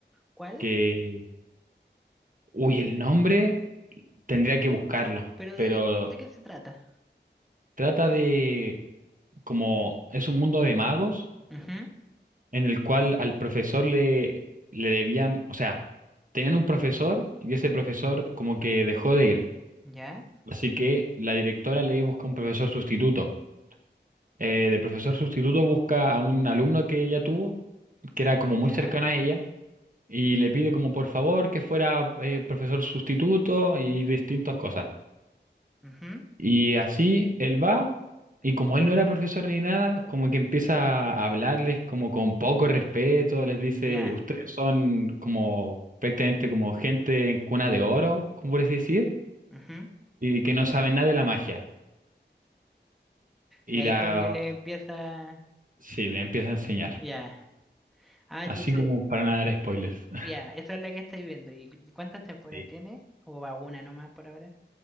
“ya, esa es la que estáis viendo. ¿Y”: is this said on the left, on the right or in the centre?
Centre